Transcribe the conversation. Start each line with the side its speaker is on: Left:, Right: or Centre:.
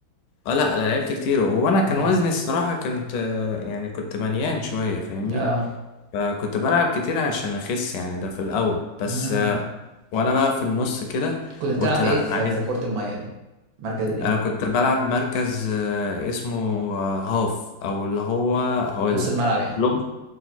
Left: اه لا لا لعبت كتير وانا كان
Right: <laughs> ايوه
Left: وزني الصراحه كنت آه، يعني كنت مليان شويه فاهمني
Right: اه
Left: فكنت بلعب كتير عشان اخس يعني ده في الاول بس
Right: امم
Left: آه، وانا بقى في النص كده
Right: كنت بتلعب
Left: قلت لا
Right: ايه
Left: انا
Right: في
Left: عايز
Right: في كرة المية دي مركز ايه
Left: انا كنت بلعب مركز آه، اسمه آه، هاف او اللي هو هقول
Right: نص
Left: لك
Right: الملعب يعني
Left: لغة